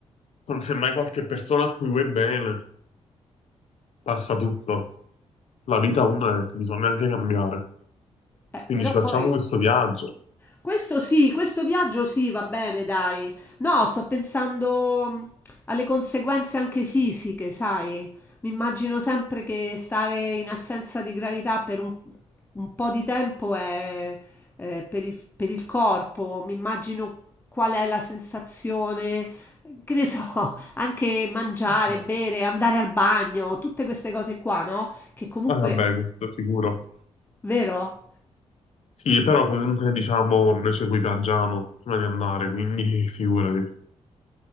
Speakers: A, on the left; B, on the left.
A: con semmai qualche persona a cui vuoi bene, passa tutto. La vita una è, bisogna anche cambiare.
B: Eh,
A: Quindi
B: però
A: ci facciamo
B: poi
A: questo viaggio.
B: Questo sì, questo viaggio sì, va bene, dai. No, sto pensando mh, alle conseguenze anche fisiche, sai? Mi immagino sempre che stare in assenza di gravità per un, un po' di tempo è, eh, per il, per il corpo. Mi immagino qual è la sensazione, che ne so, <laughs> anche mangiare, bere, andare al bagno, tutte queste cose qua, no? Che comunque,
A: Ah, vabbè, questo sicuro.
B: vero?
A: Sì, però comunque diciamo noi ci equipaggiamo prima di andare, quindi figurati,